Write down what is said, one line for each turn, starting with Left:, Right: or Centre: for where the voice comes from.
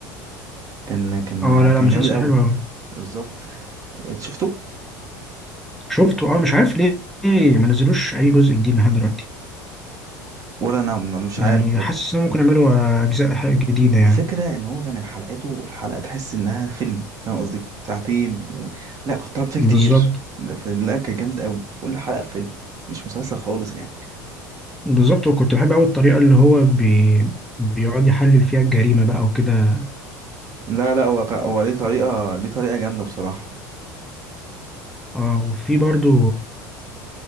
Right: كان كان
Centre: اه لا
Right: كان
Centre: لا مسلسل
Right: جامد قوي
Centre: حلو أوي
Right: بالظبط انت شفته
Centre: شفته اه مش عارف ليه ليه ما نزلوش أي جزء جديد لحد دلوقتي
Right: ولا انا م- مش
Centre: يعني
Right: عارف برضو
Centre: حاسس إنهم ممكن يعملوا أجزاء ح- جديدة
Right: الفكره
Centre: يعني
Right: ان هو كان حلقاته الحلقه تحس انها فيلم فاهم قصدي ساعتين و... لا كنت قعدت فيه
Centre: بالظبط
Right: كتير ده في... لا كانت جامده قوي كل حلقه فيلم مش مسلسل خالص يعني
Centre: بالظبط وكنت بحب قوي الطريقه اللي هو بي... بيقعد يحلل فيها الجريمه بقى وكده
Right: لا لا هو ك- هو ليه طريقه ليه طريقه جامده بصراحه
Centre: اه وفي برضو